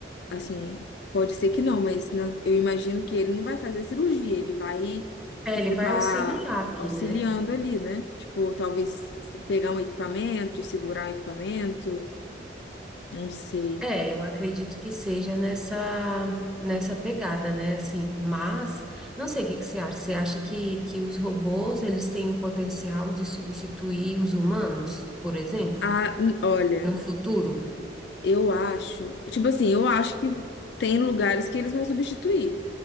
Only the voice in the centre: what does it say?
É,
ele vai
auxiliar ali,
né?
É, eu acredito que seja nessa, nessa pegada, né, assim, mas, não sei, o que que você acha? Você acha que, que os robôs, eles têm o potencial de substituir os humanos, por exemplo,
no futuro?